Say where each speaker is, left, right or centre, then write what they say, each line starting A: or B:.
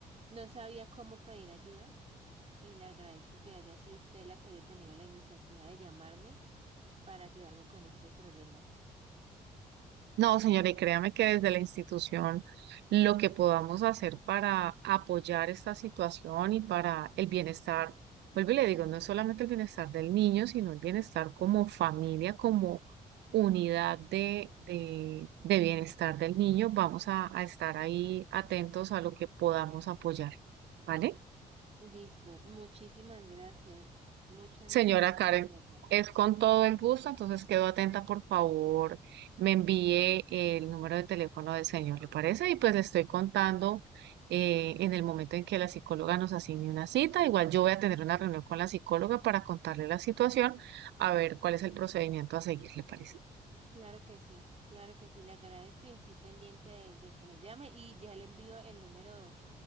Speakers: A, on the right; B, on the right.
A: No sabía cómo pedir ayuda y le agradezco que haya sido usted la que haya tenido la iniciativa de llamarme para ayudarme con este problema.
B: No, señora, y créame que desde la institución lo que podamos hacer para apoyar esta situación y para el bienestar, vuelvo y le digo, no es solamente el bienestar del niño, sino el bienestar como familia, como unidad de, de, de bienestar del niño, vamos a, a estar ahí atentos a lo que podamos apoyar, ¿vale?
A: Listo, muchísimas gracias. Muchas,
B: Señora
A: muchas gracias,
B: Karen,
A: de verdad.
B: es con todo el gusto, entonces quedo atenta, por favor, me envíe el número de teléfono del señor, ¿le parece? Y pues le estoy contando eh, en el momento en que la psicóloga nos asigne una cita. Igual yo voy a tener una reunión con la psicóloga para contarle la situación, a ver cuál es el procedimiento a seguir, ¿le parece?
A: Claro que sí, claro que sí, le agradezco y estoy pendiente de, de que me llame y ya le envío el número